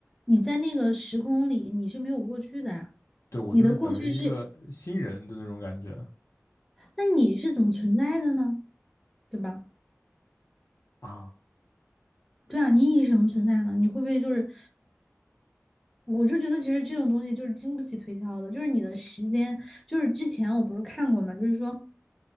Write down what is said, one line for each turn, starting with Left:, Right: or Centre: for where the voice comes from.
Centre: 你在那个时空里你是没有过去的呀、
Left: 对我就是等于一个新人的那种感觉
Centre: 你的过去是，那你是怎么存在的呢？对吧？
Left: 啊，
Centre: 对啊，你以什么存在呢？你会不会就是我就觉得其实这种东西就是经不起推敲的，就是你的时间，就是之前我不是看过嘛，就是说